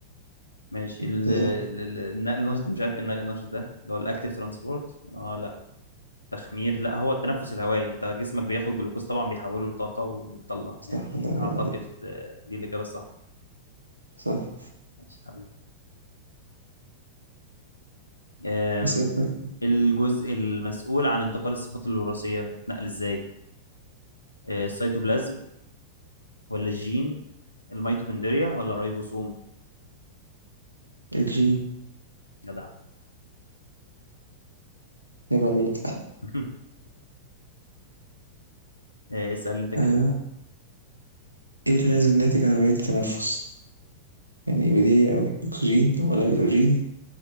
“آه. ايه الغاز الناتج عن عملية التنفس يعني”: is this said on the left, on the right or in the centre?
Right